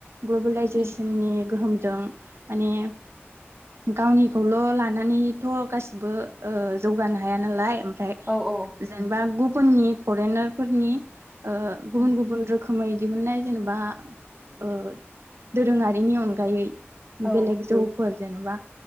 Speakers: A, on the right; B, on the right.
A: ग्लबेलाइजेसननि
B: उम
A: गोहोम जों माने गावनिखौल' लानानैथ' गासिबो ओ जौगानो हाया नालाय। फ्राय
B: औ औ
A: जेनेबा गु फोरनि फरेनार फोरनि ओ गुबुन
B: उम
A: गुबुन रोखोम। रखोमै दिहुनन्नाय जेनेबा ओ दोरोङारिनि अनगायै
B: औ
A: बेलेग जौफोर जेन'बा